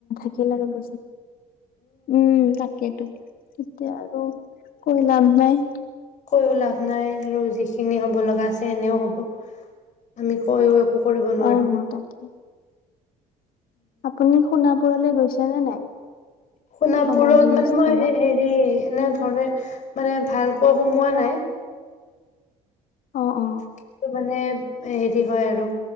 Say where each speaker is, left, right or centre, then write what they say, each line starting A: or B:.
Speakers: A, on the left; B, on the left.
A: <unintelligible> আৰু বেছি উম, তাকেতো। এতিয়া আৰু কৈ লাভ নাই।
B: কৈওঁ লাভ নাই আৰু যিখিনি হ'ব লগা আছে এনেও হ'ব, আমি কৈওঁ একো কৰিব নোৱাৰোঁ।
A: অ', তাকে। আপুনি সোণাপুৰলে গৈছে নে নাই?
B: সোণাপুৰত
A: সমাধি
B: মানে
A: স্থলত?
B: মই হেৰি এনে ধৰে মানে ভালকৈ সোমোৱা নাই।
A: অ', অ'।
B: কিন্তু মানে হেৰি হয় আৰু,